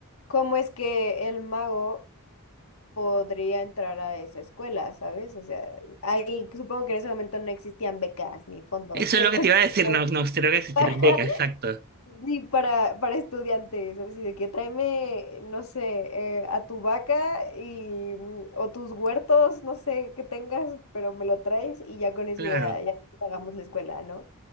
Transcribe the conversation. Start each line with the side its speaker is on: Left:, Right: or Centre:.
Left: ¿cómo es que el mago podría entrar a esa escuela, ¿sabes? O sea, ahí supongo que en ese momento no existían becas ni fondos
Right: Eso
Left: económicos
Right: es lo que te iba a decir, no, no, creo que existieran
Left: para, <laughs>
Right: becas, exacto.
Left: ni para, para estudiantes, así de que tráeme, no sé, eh, a tu vaca y, mm, o tus huertos, no sé, que tengas, pero me lo traes y ya con eso
Right: Claro,
Left: ya, ya te pagamos la escuela, ¿no?